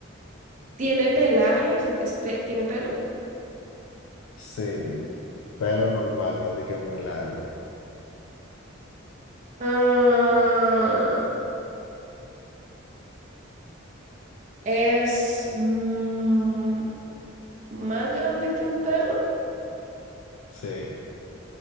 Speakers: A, on the right; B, on the left.
A: ¿Tiene pelaje? O sea, es pe- ¿tiene pelo?
B: sí, pero normal, no di que muy largo.
A: Ah, es mm, más grande que un perro.
B: Sí,